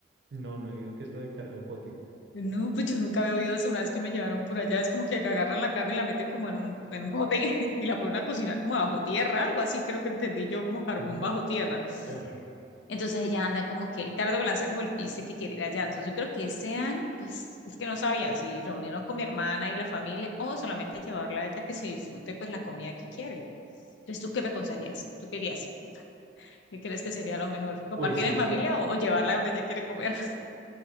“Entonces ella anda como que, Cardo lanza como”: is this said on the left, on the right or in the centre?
Left